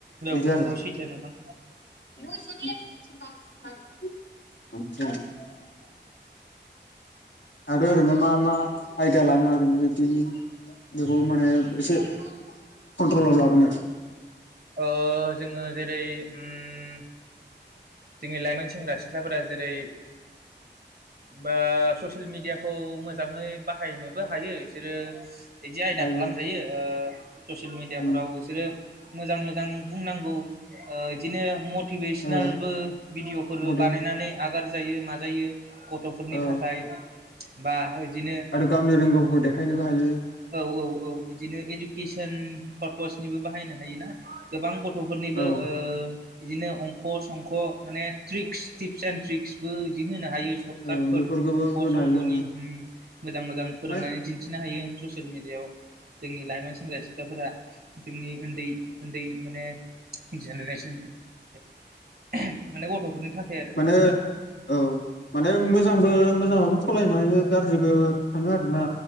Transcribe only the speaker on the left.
बिदि
आरो
<unintelligible> आरो ओरैनो मा मा आयदा लानो हागोन बिदि बेखौ माने एसे कन्ट्रलाव लाबोनो
हायो
उम
औ
मथे
औ
आरो गावनि रोंगौखौ देखायनोबो हायो
औ
औ
बेफोरखौबो
होनो
हायो
माने
माने औ माने मोजांबो मोजां बहुत सलायनो हायो गाज्रिबो थाङो आरोना